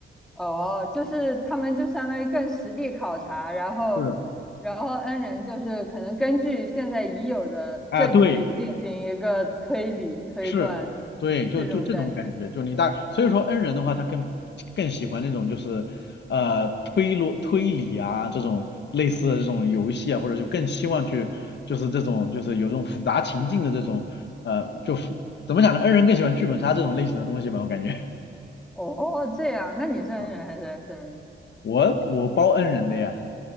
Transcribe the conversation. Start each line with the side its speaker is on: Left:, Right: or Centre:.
Centre: 哦，就是他们就相当于更实地考察，然后，
Left: 是
Centre: 然后 N 人就是可能根据现在已有的证据进行一个推理推断，
Left: 啊，对，是，对，就就这种感觉，
Centre: 这种感觉。
Left: 就你大，所以说 N 人的话，他更更喜欢那种就是呃推逻推理啊这种类似的这种游戏啊，或者就更希望去就是这种就是有这种复杂情境的这种呃就复怎么讲呢？N 人更喜欢剧本杀这种类型的东西吧，我感觉。<laughs>
Centre: 哦，哦哦这样，那你是 N
Left: 啊，
Centre: 人还是 S 人？
Left: 我我包 N 人的呀。